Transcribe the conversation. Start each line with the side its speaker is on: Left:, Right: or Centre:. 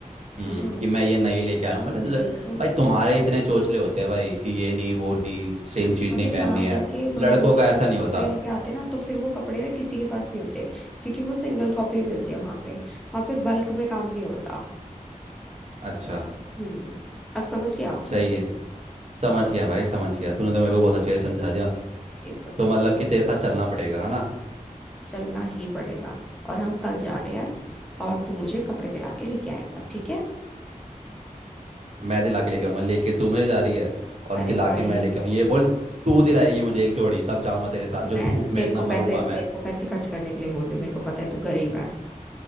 Right: हम्म
Centre: है ना
Right: कि मैं ये नहीं लेके आया हूँ मतलब ल-
Centre: वही तो
Right: भाई तुम्हारे इतने चोचले होते हैं भाई कि ये नहीं वो नहीं सेम
Centre: तो
Right: चीज
Centre: भाई
Right: नहीं
Centre: वहां
Right: पहननी
Centre: जाके
Right: है
Centre: वहां
Right: लड़कों
Centre: जाके
Right: का
Centre: जब
Right: ऐसा
Centre: वो
Right: नहीं होता
Centre: कपड़े लेके आते ना तो फिर वो कपड़े ना किसी के पास नहीं होते क्योंकि वो सिंगल कॉपी मिलते हैं वहां पे वहां पे बल्क में काम नहीं होता
Right: अच्छा
Centre: हम्म अब समझ गया
Right: सही है समझ गया भाई समझ गया तूने तो मेरे
Centre: हाँ
Right: को बहुत अच्छे से समझा दिया
Centre: वेरी गुड
Right: तो मतलब कि तेरे साथ चलना पड़ेगा है ना
Centre: चलना ही पड़ेगा और हम कल जा रहे हैं और तू मुझे कपड़े दिला के लेके आएगा ठीक है
Right: मैं दिला के लेके आऊंगा लेके तू मुझे जा रही है और
Centre: अरे
Right: दिला
Centre: भाई
Right: के मैं लेके आऊँ ये बोल तू दिलाएगी मुझे एक जोड़ी तब जाऊंगा तेरे साथ
Centre: मैं
Right: जो धूप में
Centre: तेरे
Right: इतना
Centre: को पैसे
Right: मरूंगा
Centre: तेरे
Right: मैं
Centre: को पैसे खर्च करने के लिए बोल रही हूँ मेरे को पता है तू गरीब है